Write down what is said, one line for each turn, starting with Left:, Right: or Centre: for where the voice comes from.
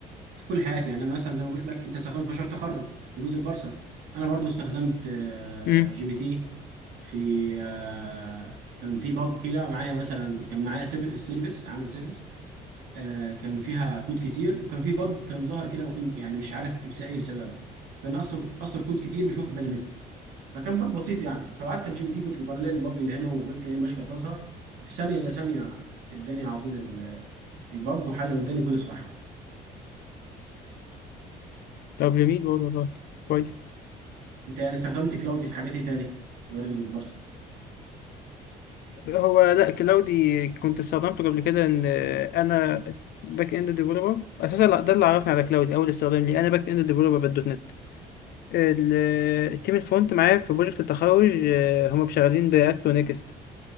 Right: في كل حياتي يعني انا مثلا زي ما قلت لك انت استخدمت في مشروع التخرج في جزء البرسر انا برضو استخدمت آه،
Left: امم
Right: جي بي تي في آه، كان في باج كده معايا مثلا كان معايا سير- السيرفيس عامل سيرفيس آه، كان فيها كود كتير وكان في باج كان ظاهر كده ما كنت يعني مش عارف ايه بس- إيه بسببه كان اثر اثر كود كتير مش واخد بالي منه فكان باج بسيط يعني فبعت الجي بي تي قلت له طلع لي الباج اللي هنا وقلت له ايه مشكله تظهر في ثانيه الا ثانيه اداني على طول ال- الباج وحل واداني كل الصح
Left: طب جميل برضه والله كويس
Right: انت يعني استخدمت كلاودي في حاجات ايه تاني غير البارسل
Left: هو لا كلاودي كنت استخدمته قبل كده ان آه، انا باك اند ديفلوبر اساسا لا، ده اللي عرفني على كلاودي اول استخدام لي انا باك اند ديفلوبر بالدوت نت ال- آه، التيم الفرونت معايا في بروجكت التخرج آه، هم شغالين باكت ونكست